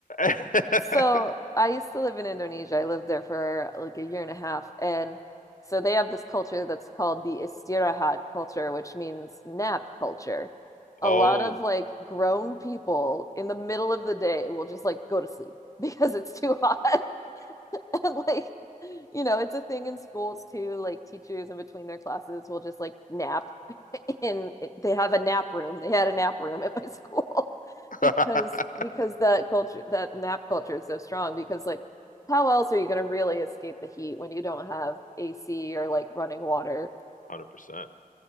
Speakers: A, on the left (about 65°); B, on the left (about 20°).
A: <laughs>
B: So I used to live in Indonesia. I lived there for like a year and a half. And so they have this culture that's called the istirahat culture, which means nap culture.
A: Oh.
B: A lot of like grown people in the middle of the day will just like go to sleep <laughs> because it's too hot. <laughs> and like you know it's a thing in schools too like teachers in between their classes will just like nap <laughs> in they have a nap room they had a nap room at my <laughs> school
A: <laughs>
B: because because that culture that nap culture is so strong because like how else are you going to really escape the heat when you don't have ac or like running water
A: Hundred percent.